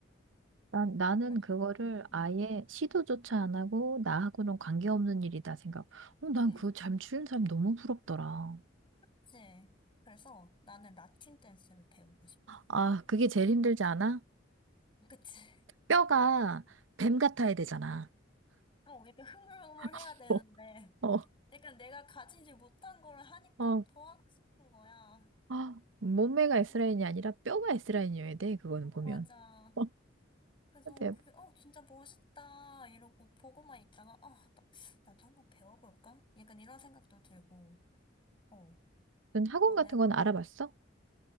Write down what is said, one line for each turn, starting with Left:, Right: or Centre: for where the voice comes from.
Right: 난, 나는
Left: 그래서
Right: 그거를 아예
Left: 응.
Right: 시도조차 안 하고 나하고는 관계없는 일이다 생각. 어, 난그
Left: <laughs>
Right: 잠추는 사람 너무 부럽더라.
Left: 그치. 그래서 나는 라틴 댄스를 배우고 싶어.
Right: 아, 그게 제일 힘들지 않아?
Left: 그치? <laughs>
Right: 뼈가 뱀 같아야 되잖아.
Left: 어, 약간 흐물흐물해야
Right: <laughs>
Left: 되는데
Right: 어, 어,
Left: 약간 내가 가지지 못한 거를 하니까
Right: 어.
Left: 더 하고 싶은 거야.
Right: 아, 몸매가 S라인이
Left: 응.
Right: 아니라 뼈가 S라인이어야 돼, 그거는
Left: 어,
Right: 보면.
Left: 맞아.
Right: 어,
Left: 그래서
Right: 네.
Left: 그게 어 진짜 멋있다 이러고 보고만 있다가 아 나- 나도 한번 배워볼까? 약간 이런 생각도 들고. 어,
Right: 넌 학원
Left: 번외로?
Right: 같은 건 알아봤어?